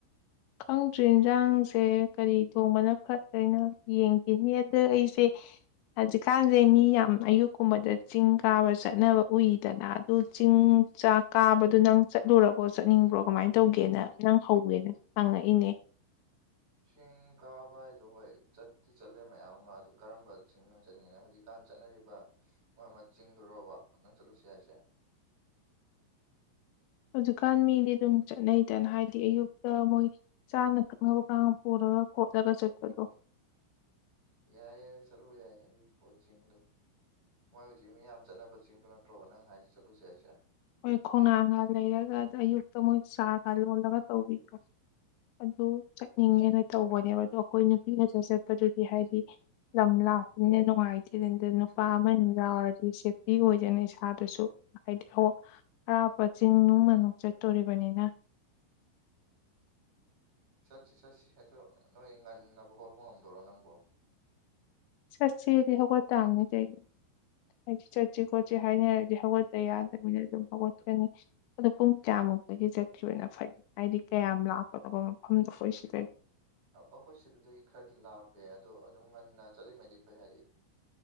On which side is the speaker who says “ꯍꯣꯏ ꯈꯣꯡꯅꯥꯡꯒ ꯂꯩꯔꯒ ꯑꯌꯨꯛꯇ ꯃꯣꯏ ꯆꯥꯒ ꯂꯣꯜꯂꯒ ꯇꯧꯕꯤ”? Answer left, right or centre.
Left